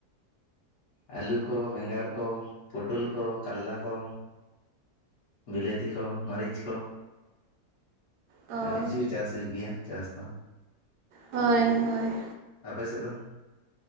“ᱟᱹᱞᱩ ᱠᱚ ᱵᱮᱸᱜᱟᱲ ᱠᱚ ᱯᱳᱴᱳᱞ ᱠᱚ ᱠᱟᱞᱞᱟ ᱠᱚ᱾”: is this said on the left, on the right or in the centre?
Left